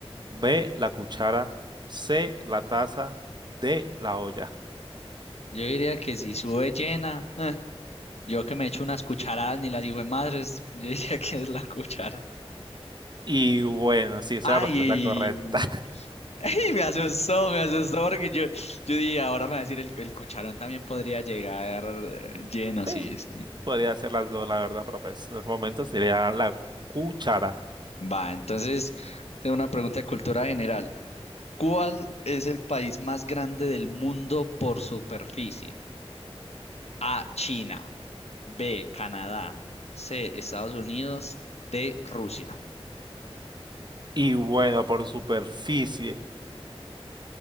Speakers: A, on the right; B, on the left.
A: B, la cuchara. C, la taza. D, la olla.
B: Yo diría que si sube llena, eh, yo que me echo unas cucharadas ni las hijo de madres, <laughs> yo diría que es la cuchara.
A: Y bueno, sí, esa
B: Ay,
A: es la respuesta correcta.
B: Y me asustó, me asustó porque yo, yo dije, ahora me va a decir el, el cucharón también podría llegar eh, lleno,
A: <laughs>
B: sí, sí.
A: Podría ser las dos, la verdad, pero pues en este momento sería la cuchara.
B: Va, entonces tengo una pregunta de cultura general. ¿Cuál es el país más grande del mundo por superficie? A, China, B, Canadá, C, Estados Unidos, D, Rusia.
A: Y bueno, por superficie,